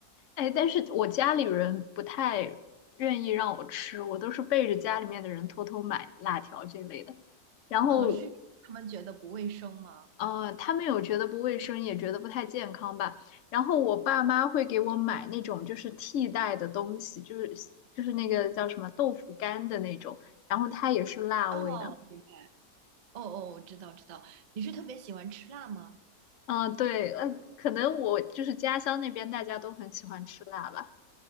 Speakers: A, on the left (about 60°); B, on the right (about 65°).
A: 哎，但是我家里人不太愿意让我吃，我都是背着家里面的人偷偷买辣条这类的。然后，
B: 哦，是他们觉得不卫生吗？
A: 呃，他们有觉得不卫生，也觉得不太健康吧。然后我爸妈会给我买那种就是替代的东西，就是就是那个叫什么豆腐干的那种，然后它也是辣味的。
B: 哦，明白哦哦，我知道知道。你是特别喜欢吃辣吗？
A: 嗯，对，呃，可能我就是家乡那边大家都很喜欢吃辣吧。